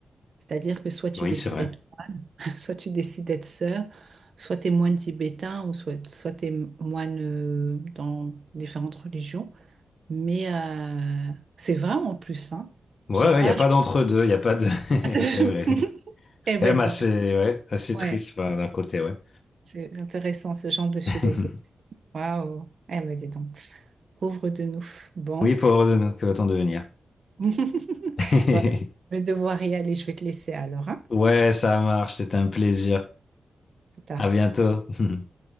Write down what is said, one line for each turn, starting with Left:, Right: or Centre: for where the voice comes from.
Right: C'est-à-dire que soit tu
Left: Oui,
Right: décides
Left: c'est vrai.
Right: d'être, <laughs> soit tu décides d'être sœur, soit tu es moine tibétain ou soit, soit tu es moine euh, dans différentes religions. Mais euh, c'est vrai en plus, hein.
Left: Ouais,
Right: Je sais pas.
Left: ouais, il n'y a pas
Right: je-
Left: d'entre-deux, il n'y a pas de... <laughs>
Right: <laughs>
Left: C'est vrai.
Right: Eh ben,
Left: Même
Right: dis
Left: assez,
Right: donc.
Left: ouais, assez
Right: Ouais,
Left: triste, enfin, d'un côté, ouais.
Right: c'est intéressant ce genre de philosophie.
Left: <laughs>
Right: Waouh. Eh ben, dis donc. Pauvre de nous. Bon.
Left: Oui, pour de notre que va-t-on devenir?
Right: <laughs>
Left: <laughs>
Right: Voilà. Je vais devoir y aller. Je vais te laisser alors, hein,
Left: Ouais, ça marche, c'était un plaisir.
Right: plus tard.
Left: À bientôt. <laughs>